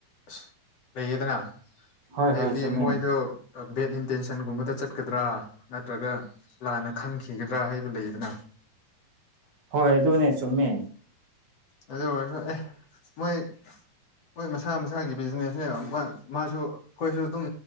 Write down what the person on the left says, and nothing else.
ꯑꯁ ꯂꯩꯌꯦꯗꯅ
ꯍꯥꯏꯕꯗꯤ
ꯃꯣꯏꯗꯣ ꯕꯦꯠ ꯏꯟꯇꯦꯟꯁꯟꯒꯨꯝꯕꯗ ꯆꯠꯀꯗ꯭ꯔꯥ ꯅꯠꯇ꯭ꯔꯒ ꯂꯥꯟꯅ ꯈꯪꯈꯤꯒꯗ꯭ꯔꯥ ꯍꯥꯏꯕ ꯂꯩꯗꯅ
ꯑꯗꯨꯗ ꯑꯣꯏ ꯃꯣꯏ ꯃꯣꯏ ꯃꯁꯥ ꯃꯁꯥꯒꯤ ꯕꯤꯖꯤꯅꯦꯁꯅꯦꯕ ꯃꯥ ꯃꯥꯁꯨ ꯑꯩꯈꯣꯏꯁꯨ ꯑꯗꯨꯝ